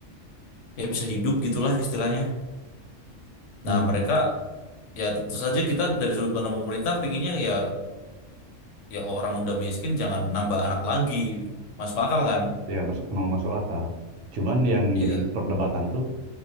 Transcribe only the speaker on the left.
ya bisa hidup gitulah istilahnya
nah mereka ya tentu saja kita dari sudut pandang pemerintah pinginnya ya ya orang udah miskin jangan nambah anak lagi masuk akal kan
Iya,